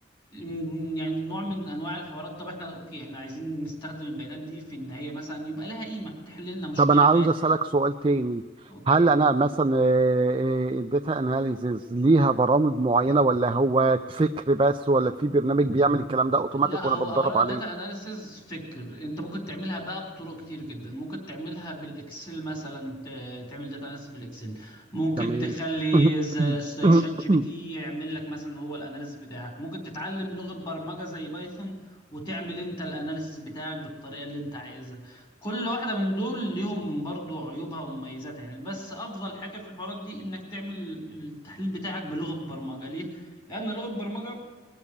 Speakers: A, on the left; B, on the right.
A: م- يعني نوع من انواع الحوارات طب احنا اوكي احنا عايزين نستخدم البيانات دي في ان هي مثلا يبقى لها قيمة تحل لنا مشكلة
B: طب انا عاوز
A: ما
B: اسالك سؤال تاني
A: اوكي
B: هل انا مثلا آه، آه، الداتا اناليزز ليها برامج معينه ولا هو فكر بس ولا في برنامج بيعمل الكلام ده اوتوماتيك
A: لا
B: وانا
A: هو
B: بتدرب
A: اولا
B: عليه
A: داتا اناليسز فكر انت ممكن تعملها بقى بطرق كتير جدا ممكن تعملها بالاكسل مثلا ت- تعمل داتا اناليسز بالاكسل ممكن
B: تمام
A: تخلي
B: <clears throat>
A: ز- زي شات جي بي تي
B: <coughs>
A: يعمل لك مثلا هو الاناليسز بتاعك ممكن تتعلم لغة برمجة زي بايثون وتعمل انت الاناليسز بتاعك بالطريقة اللي انت عايزها كل واحدة من دول ليهم برضو عيوبها ومميزاتها يعني بس افضل حاجة في الحوارات دي انك تعمل التحليل بتاعك بلغة برمجة ليه؟ لان لغة برمجة